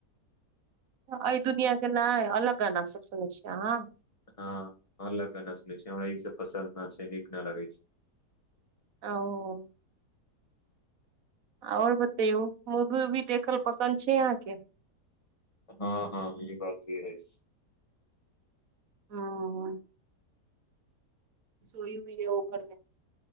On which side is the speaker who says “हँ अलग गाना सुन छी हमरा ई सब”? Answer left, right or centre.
Left